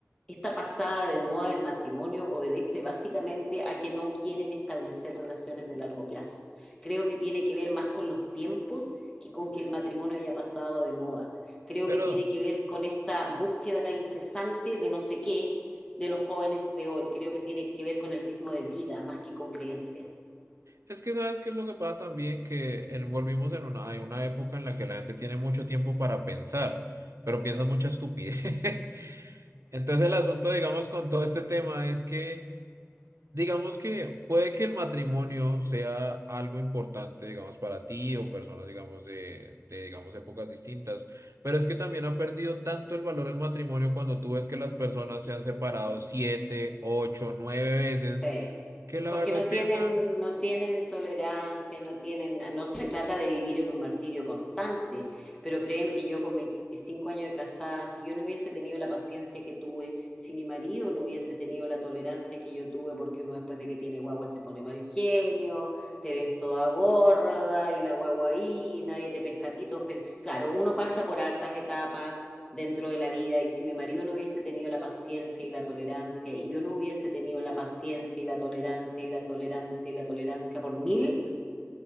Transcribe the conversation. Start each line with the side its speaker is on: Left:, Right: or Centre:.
Left: esta pasada de moda del matrimonio obedece básicamente a que no quieren establecer relaciones de largo plazo. Creo que tiene que ver más con los tiempos que con que el matrimonio haya pasado de moda. Creo
Right: Pero
Left: que tiene que ver con esta búsqueda incesante de no sé qué de los jóvenes de hoy. Creo que tiene que ver con el ritmo de vida más que con creencias.
Right: es que sabes qué es lo que pasa también, que el- volvimos en una, hay una época en la que la gente tiene mucho tiempo para pensar, pero piensa mucha estupidez. <laughs> Entonces el asunto, digamos, con todo este tema es que, digamos que puede que el matrimonio sea algo importante, digamos, para ti o personas, digamos, de, de, digamos, épocas distintas, pero es que también ha perdido tanto el valor el matrimonio cuando tú ves que las personas se han separado siete, ocho, nueve veces,
Left: Sí.
Right: que la
Left: Porque
Right: verdad
Left: no tienen,
Right: piensan,
Left: no tienen tolerancia, no tienen, no se trata de vivir en un martirio constante, pero créeme que yo con 25 años de casada, si yo no hubiese tenido la paciencia que tuve, si mi marido no hubiese tenido la tolerancia que yo tuve, porque uno después de que tiene guagua se pone mal genio, te ves toda gorda y la guagua ahí y nadie te pesca a ti, todos pe- Claro, uno pasa por hartas etapas, dentro de la vida y si mi marido no hubiese tenido la paciencia y la tolerancia y yo no hubiese tenido la paciencia y la tolerancia y la tolerancia y la tolerancia por mil,